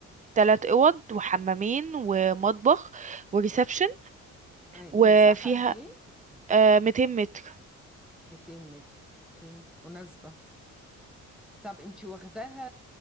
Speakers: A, on the right; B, in the centre.
A: تلات اوض وحمامين ومطبخ وريسبشن
B: اي
A: وفيها
B: مساحة قد ايه
A: آه، 200 متر
B: 200 متر اوكي مناسبة طب انتي واخداها